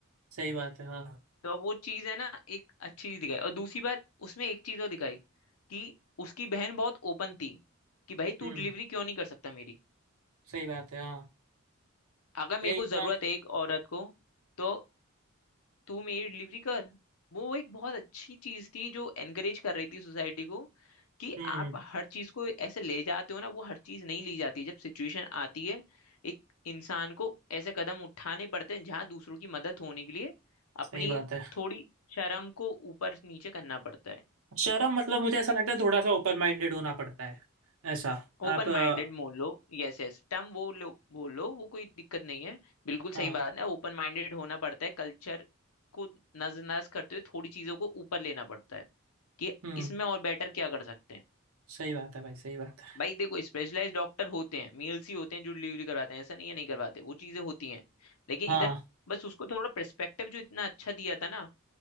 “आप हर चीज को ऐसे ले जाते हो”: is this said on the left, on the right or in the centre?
Left